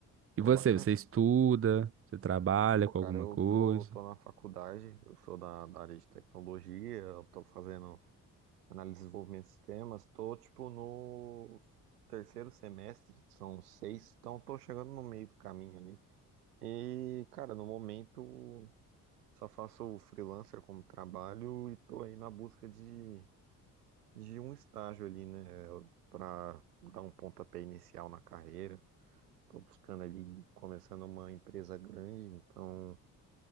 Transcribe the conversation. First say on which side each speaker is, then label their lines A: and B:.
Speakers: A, on the right; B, on the right.
A: Pô,
B: E você,
A: bacana.
B: você estuda, você trabalha
A: Pô,
B: com
A: cara,
B: alguma
A: eu
B: coisa?
A: tô, tô na faculdade, eu sou da, da área de tecnologia, eu tô fazendo análise de desenvolvimento de sistemas, tô, tipo, no terceiro semestre, são seis, então tô chegando no meio do caminho ali. E, cara, no momento, só faço freelancer como trabalho e tô aí na busca de de um estágio ali, né, para dar um pontapé inicial na carreira. Tô buscando ali começando uma empresa grande, então,